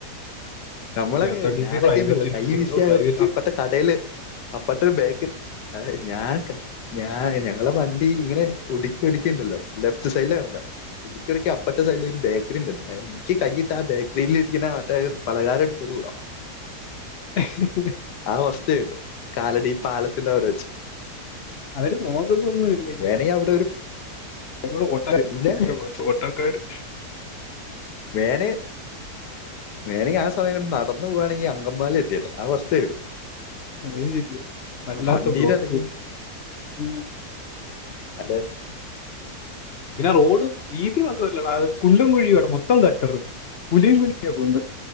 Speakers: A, on the left; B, on the left.
A: നമ്മളൊക്കെ
B: കെ എസ് ആർ ടി
A: ഞാനൊക്കെണ്ടല്ലോ
B: സി പ്രൈവറ്റ്
A: കൈ
B: പൊന്നു
A: വീശിയ
B: പ്രൈവറ്റ്
A: അപ്പട്ട കടേല് അപ്പട്ടരു ബേക്ക് അഹ് ഞാൻ ഞാൻ ഞങ്ങളെ വണ്ടി ഇങ്ങനെ ഉടുക്കി ഉടിക്കിണ്ടല്ലോ ലെഫ്റ്റ് സൈഡില കടന്ന ഉടുക്കിടക്ക മറ്റേ സൈഡില് ഒരു ബേക്കറി ണ്ടല്ലോ എഹ് ഇക്ക് കൈയിട്ടാ ബേക്കറിലിരിക്ണ മറ്റേ പലകാരം എടുതോണ്ട് പോകാം
B: <inaudible>
A: ആ അവസ്ഥേനു കാലടി പാലത്തിന്റെ അവടെ വച്ച്
B: അവര് നോക്കത്തോന്നുല്ലേ
A: വേണെ അവിടെ ഒരു
B: <unintelligible>
A: ഇല്ലാണേ
B: ഓട്ടക്കാര്
A: വേന വേണങ്കി ആ സമയം കൊണ്ട് നടന്നു പോവാണെങ്കി അങ്കമാലി എത്തിയേനെ ആ അവസ്ഥ ആയിരുന്നു
B: അഹ് ശരിയ വല്ലാത്ത
A: വണ്ടീന്ന്
B: ബ്ലോക്കും
A: ഇറങ്ങി
B: ഉം
A: അതെ
B: പിന്നെ റോഡും വീതി മാത്രമല്ലടാ അത് കുണ്ടും കുഴിയും അത് മൊത്തം <unintelligible> പുലിയും കുലിക്ക്യ പോവുന്നെ